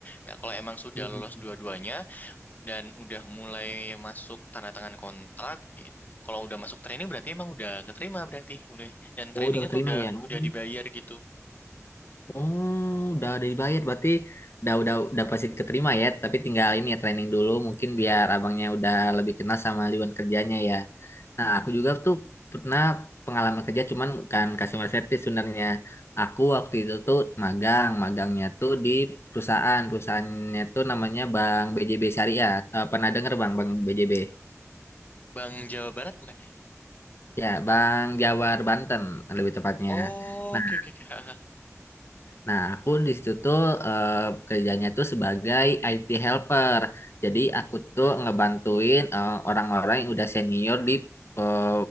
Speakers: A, on the left (about 35°); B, on the left (about 50°).
A: Nah, kalau emang sudah
B: Hmm.
A: lolos dua-duanya dan udah mulai masuk tanda tangan kontrak, eh, kalau udah masuk training berarti emang udah keterima berarti, udah. Dan trainingnya
B: Oh udah terima
A: tuh udah
B: ya. Oh.
A: udah dibayar gitu.
B: Oh, udah udah dibayar berarti udah udah udah pasti keterima ya, tapi tinggal ini ya training dulu mungkin biar abangnya udah lebih kenal sama lingkungan kerjanya ya. Nah,
A: Mm-mm.
B: aku juga tuh pernah pengalaman kerja cuman bukan customer service sebenarnya. Aku waktu itu tuh magang, magangnya tuh di perusahaan, perusahaannya tuh namanya Bank BJB Syariah. Eh, pernah denger Bang Bank BJB?
A: Bang Jawa Barat bukan ya?
B: Ya, Bank Jawar Banten lebih tepatnya.
A: Oh,
B: Nah,
A: oke oke oke. Ah, ah.
B: Nah, aku di situ tuh eh, kerjanya tuh sebagai IT helper. Jadi aku tuh ngebantuin eh, orang-orang yang udah senior di eh,